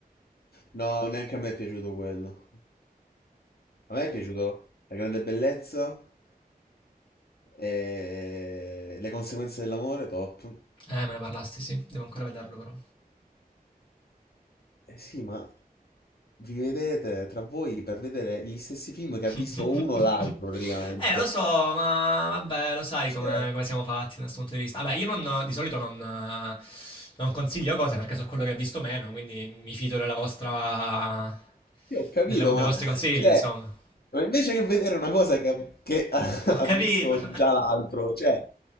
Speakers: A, on the left; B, on the left.
A: No, neanche a me è piaciuto quello. A me è piaciuto La grande bellezza e le conseguenze dell'amore, top.
B: Eh, me ne parlasti, sì, devo ancora vederlo però.
A: Eh sì, ma vi vedete tra voi per vedere gli stessi film che
B: <laughs>
A: ha visto uno o l'altro praticamente.
B: Eh, lo so, ma vabbè, lo sai
A: Cioè,
B: come, come siamo fatti da questo punto di vista. Vabbè, io non- di solito non, non consiglio cose perché so quello che ho visto meno, quindi mi fido della vostra,
A: Io ho capito,
B: delle vo- dei
A: ma,
B: vostri consigli,
A: cioè,
B: insomma.
A: ma invece che vedere una cosa che, che <laughs> ha,
B: <laughs> Ho
A: ha
B: capito.
A: visto già l'altro, cioè,